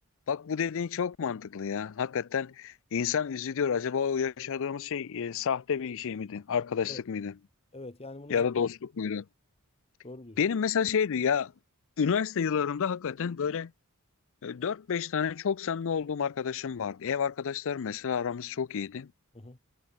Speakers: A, on the left; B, on the left.
A: Bak bu dediğin çok mantıklı ya. Hakikaten insan üzülüyor. Acaba o yaşadığımız şey e, sahte bir şey miydi? Arkadaşlık
B: Evet.
A: mıydı?
B: Evet yani bunu
A: Ya
B: zam-
A: da dostluk muydu?
B: doğru diyorsun.
A: Benim mesela şeydi ya üniversite yıllarımda hakikaten böyle e, 4-5 tane çok samimi olduğum arkadaşım vardı. Ev arkadaşlarım mesela aramız çok iyiydi.
B: Hı hı.